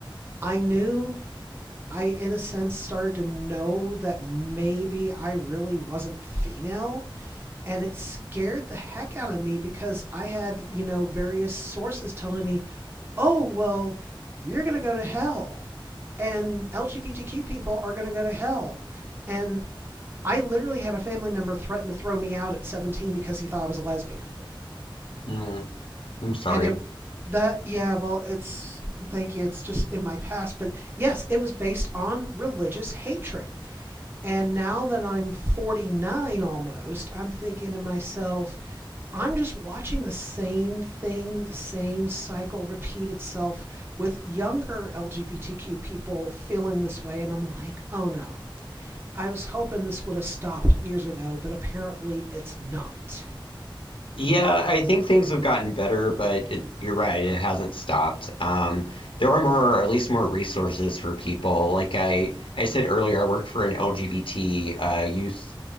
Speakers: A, on the right; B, on the left.
A: I knew I, in a sense, started to know that maybe I really wasn't female. And it scared the heck out of me because I had, you know, various sources telling me, oh, well, you're going to go to hell. And LGBTQ people are going to go to hell. And I literally had a family member threaten to throw me out at 17 because he thought I was a lesbian.
B: mm. I'm sorry.
A: And it that yeah, well, it's thank you. It's just in my past, but yes, it was based on religious hatred. And now that I'm 49 almost, I'm thinking to myself, I'm just watching the same thing, the same cycle repeat itself with younger LGBTQ people feeling this way and I'm like, "Oh no. I was hoping this would have stopped years ago, but apparently it's not."
B: Yeah, I think things have gotten better, but it, you're right, it hasn't stopped. Um, there are more, at least more resources for people. Like I, I said earlier, I worked for an LGBT uh, youth